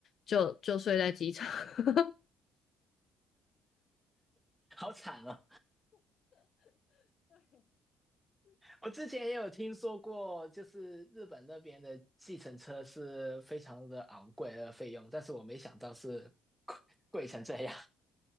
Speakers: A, on the left (about 55°); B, in the centre.
A: 就就睡在机场。<laughs>
B: 好惨哦！我之前也有听说过，就是日本那边的计程车是非常的昂贵的费用，但是我没想到是贵贵成这样。